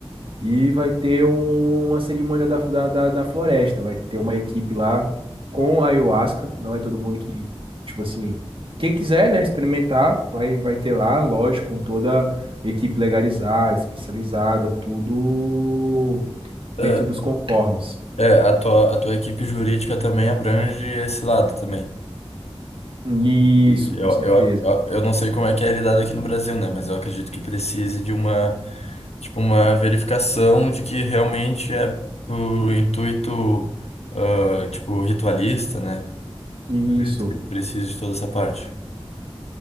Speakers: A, on the right; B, on the left.
A: E vai ter um- uma cerimônia da, da, da, da floresta. Vai ter uma equipe lá com a ayahuasca. Não é todo mundo que, tipo assim, quem quiser, né, experimentar, vai, vai ter lá, lógico, com toda a equipe legalizada, especializada, tudo
B: É,
A: dentro dos conformes.
B: é, a tua, a tua equipe jurídica também abrange esse lado também.
A: Isso,
B: E eu,
A: com certeza.
B: eu, eu, eu não sei como é que é lidado aqui no Brasil, né? Mas eu acredito que precise de uma, tipo, uma verificação de que realmente é pro intuito, ah, tipo, ritualista, né?
A: Isso,
B: Eu acredito que precise de toda essa parte.